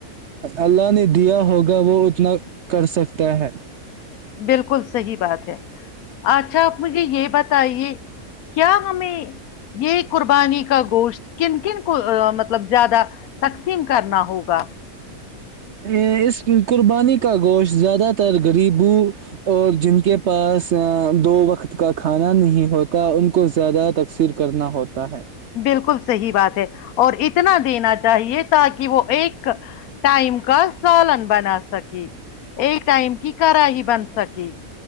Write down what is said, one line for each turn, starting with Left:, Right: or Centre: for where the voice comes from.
Right: اللہ نے دیا ہوگا وہ اتنا کر سکتا ہے
Left: بالکل صحیح بات ہے اچھا آپ مجھے یہ بتائیے کیا ہمیں یہ قربانی کا گوشت کن کن کو مطلب زیادہ تقسیم کرنا ہوگا
Right: ا اس قربانی کا گوشت زیادہ تر غریبوں اور جن کے پاس دو وقت کا کھانا نہیں ہوتا ان کو زیادہ تقثیر کرنا ہوتا ہے
Left: بالکل صحیح بات ہے اور اتنا دینا چاہیے تاکہ وہ ایک ٹائم کا سالن بنا سکے ایک ٹائم کی کڑی بن سکے